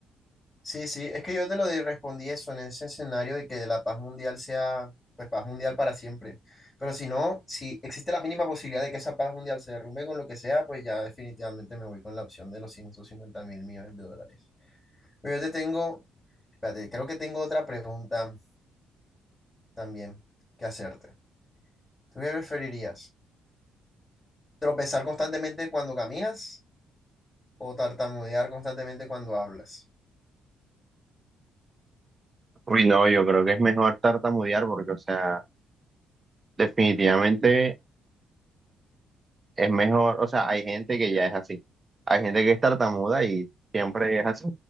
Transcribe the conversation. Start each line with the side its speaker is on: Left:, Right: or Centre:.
Left: Sí, sí, es que yo te lo di- respondí eso en ese escenario de que la paz mundial sea, pues, paz mundial para siempre. Pero si no, si existe la mínima posibilidad de que esa paz mundial se derrumbe con lo que sea, pues ya definitivamente me voy con la opción de los ciento cincuenta mil millones de dólares. Pero yo te tengo, espérate, creo que tengo otra pregunta también que hacerte. ¿Tú qué preferirías? ¿Tropezar constantemente cuando caminas o tartamudear constantemente cuando hablas?
Right: Uy, no, yo creo que es mejor tartamudear porque, o sea, definitivamente es mejor, o sea, hay gente que ya es así, hay gente que es tartamuda y siempre es así.